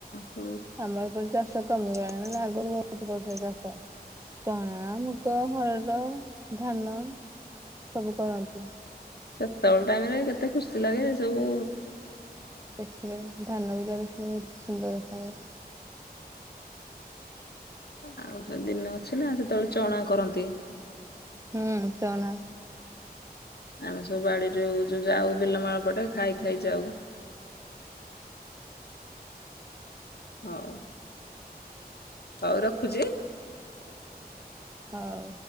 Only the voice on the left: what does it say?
ହଉ।
ସେତେବେଳେ ଟାଇମ୍ ରେ କେତେ ଖୁସି ଲାଗେ ସବୁ
ଆଉ ସେଦିନ ଅଛି ନା ସେତେବେଳେ ଚଣା କରନ୍ତି।
ଆମେ ସବୁ ବାଡ଼ିରୁ ଯଉ ଯାଉ ବିଲମାଳ ପଟେ ଖାଇ ଖାଇ ଯାଉ। ହଉ। ହଉ ରଖୁଚି।